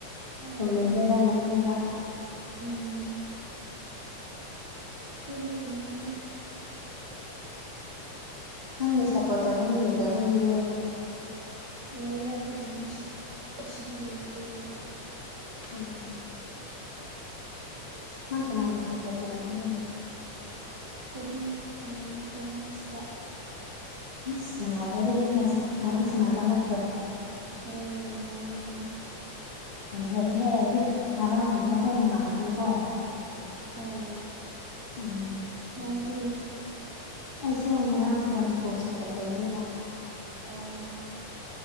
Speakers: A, on the right; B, on the left.
A: ꯍꯣꯏ
B: ꯇꯨꯝ ꯅꯤꯡꯗꯣꯏꯔꯥꯅ ꯈꯟꯕ
A: ꯎꯝ ꯑꯩꯈꯣꯏꯗꯤ ꯌꯦꯡꯅꯤꯡꯗꯦ
B: ꯅꯪꯅ ꯁꯄꯣꯔꯠ ꯇꯧꯕ ꯃꯤ ꯂꯩꯇꯕꯒꯤꯔꯣ
A: ꯂꯩ ꯑꯗꯨꯕꯨꯅ ꯁꯤꯗꯤ ꯂꯩꯇꯦ
B: ꯑꯣ ꯅꯪꯀ ꯅꯅꯥꯕꯨ ꯁꯄ ꯇꯧꯕꯅ
A: ꯑꯩꯈꯣꯏꯗꯤ ꯐ꯭ꯔꯥꯟꯁꯇ
B: ꯑꯩꯁ ꯅꯨꯡꯉꯥꯏꯔꯦ ꯑꯗꯨꯗꯤ ꯐ꯭ꯔꯦꯟꯁ ꯉꯔꯥꯡ ꯁꯥꯟꯅꯕ ꯅꯠꯇ꯭ꯔꯣꯣ
A: ꯑꯩ ꯅꯔꯥꯡ <unintelligible>
B: ꯔꯍꯦ ꯑꯗꯨ ꯉꯔꯥꯡ ꯃꯈꯣꯏꯅ ꯉꯥꯡꯈ꯭ꯔꯤꯕꯣ
A: ꯍꯣꯏ
B: ꯎꯝ
A: ꯅꯪꯗꯤ
B: ꯑꯩꯁꯨ ꯉꯔꯥꯡ ꯐ꯭ꯔꯦꯟꯁꯄꯨ ꯁꯞꯄꯣꯔꯠ ꯇꯧꯕꯒꯅꯦꯕ
A: ꯑꯣ